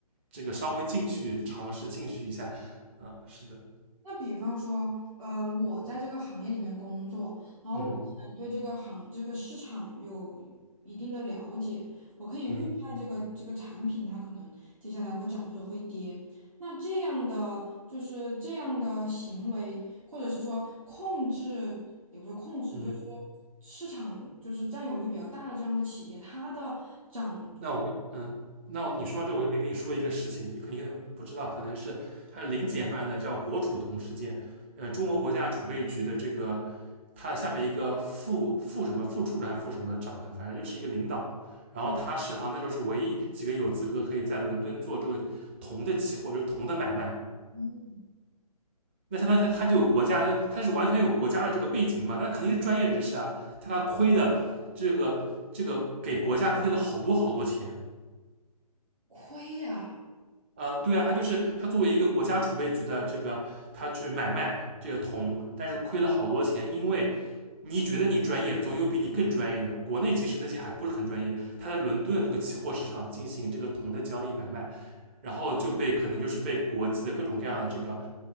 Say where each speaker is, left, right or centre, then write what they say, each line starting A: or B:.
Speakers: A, on the right; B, on the right.
A: 这个稍微进去尝试进去一下。啊，是的，
B: 那比方说，呃，我在这个行业里面工作，然后我可能对这个行这个市场有一定的了解，
A: 嗯
B: 我可以预判这个这个产品它可能接下来会涨或者会跌。
A: 嗯
B: 那这样的就是这样的行为，或者是说控制，也不是说控制，
A: 嗯。
B: 就是说市场就是占有率比较大的这样的企业，它的涨，
A: 那我跟嗯，那你说到这，我就可以跟你说一个事情，你可你可能不知道，可能是还有零几年发生的，叫国储铜事件。呃，中国国家储备局的这个，他下面一个副副什么副处长还副什么长的，反正就是一个领导。然后他是好像那时候是唯一几个有资格可以在伦敦做这个铜的期货，
B: 嗯
A: 就是铜的买卖。
B: 嗯，
A: 那相当于他他就有国家，他是完全有国家的这个背景嘛，那肯定是专业人士啊。但他亏的这个这个给国家亏了好多好多钱。
B: 亏呀、
A: 呃，对啊，他就是他作为一个国家储备局的这个，他去买卖这个铜，但是亏了好多钱，因为你觉得你专业，总有比你更专业的。国内其实那些还不是很专业，他在伦敦那个期货市场进行这个铜的交易买卖，然后就被可能就是被国际的各种各样的这个